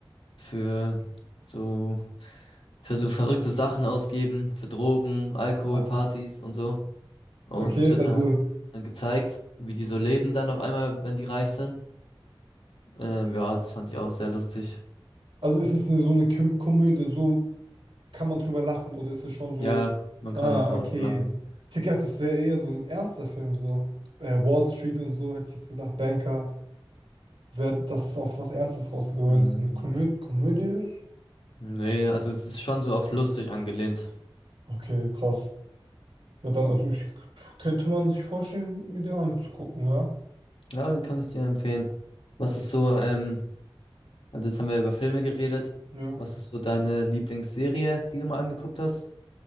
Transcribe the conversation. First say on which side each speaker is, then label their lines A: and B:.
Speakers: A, on the left (about 80°); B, on the right (about 80°).
A: für so, für so verrückte Sachen ausgeben, für Drogen, Alkohol,
B: nein.
A: Partys und so. Und
B: Okay,
A: das wird
B: also,
A: dann halt dann gezeigt, wie die so leben dann auf einmal, wenn die reich sind. Ähm, ja, das fand ich auch sehr lustig.
B: also ist es eine, so eine Kö- Komödie, so kann man drüber lachen oder ist es schon so,
A: Ja, man
B: ah,
A: kann darüber
B: okay.
A: lachen.
B: Ich hätte gedacht, das wäre eher so ein ernster Film, so äh, Wall Street und so, hätte ich jetzt gedacht, Banker, wäre das auf was Ernstes rausgeht, aber
A: Hm.
B: wenn es so eine Komö Komödie ist,
A: Nee, also es ist schon so auf lustig angelehnt.
B: okay, krass. Ja, dann, also ich könnte man sich vorstellen, mir den anzugucken, ja.
A: Ja, den kann ich dir empfehlen. Was ist so, ähm, also jetzt haben wir über Filme geredet.
B: Ja.
A: Was ist so deine Lieblingsserie, die du mal angeguckt hast?